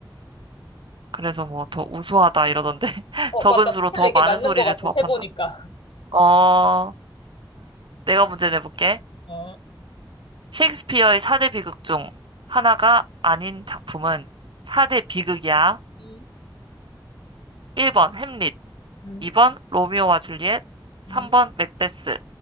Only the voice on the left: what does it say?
어,
맞다.
24개
맞는
것 같아,
세보니까. <laughs>
어,
음,
음,
음.